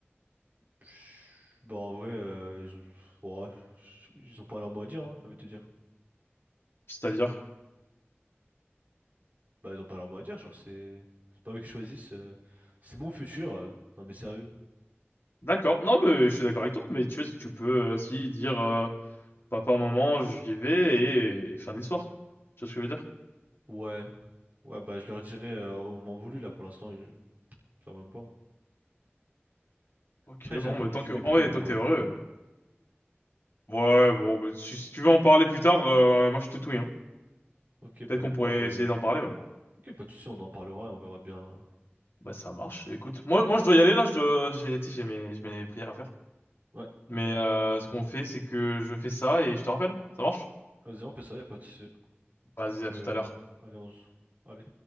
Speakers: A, on the right (about 45°); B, on the left (about 65°).
A: pff, bah, en vrai, euh, ils ont, ouais, ils ont pas leur mot à dire, hein, j'ai envie de te dire.
B: C'est-à-dire?
A: Bah, ils ont pas leur mot à dire, genre, c'est c'est pas eux qui choisissent. euh, C'est mon futur. euh. Non, mais sérieux.
B: D'accord. Non, mais je suis d'accord avec toi, mais tu vois, tu peux euh, aussi dire euh, papa, maman, j'y vais et, et fin de l'histoire. Tu vois ce que je veux dire?
A: Ouais. Ouais, bah, je leur dirai euh, au moment voulu, là, pour l'instant. quand même pas. hein.
B: Ok,
A: Après,
B: bon,
A: j'ai un peu
B: mais
A: du
B: tant que,
A: mépris
B: en vrai,
A: envers
B: tant que t'es
A: eux.
B: heureux.
A: hein.
B: euh, Ouais, bon, bah, si, si tu veux en parler plus tard, euh, moi je suis tout oui, hein.
A: Ok, bah
B: Peut-être qu'on
A: écoute,
B: pourrait
A: euh,
B: essayer d'en parler, ouais.
A: ok, pas de souci, on en parlera et on verra bien
B: Bah ça marche. Écoute,
A: ce qu'on
B: moi,
A: peut faire.
B: moi je dois y aller là, je dois, j'ai, tu sais, j'ai mes, j'ai mes prières à faire.
A: Ouais,
B: Mais euh, ce qu'on fait, c'est que je fais ça et je te rappelle. Ça marche?
A: vas-y, on fait ça, y a pas de souci.
B: Vas-y,
A: Donc,
B: à
A: euh,
B: tout à l'heure.
A: allez, on se- allez.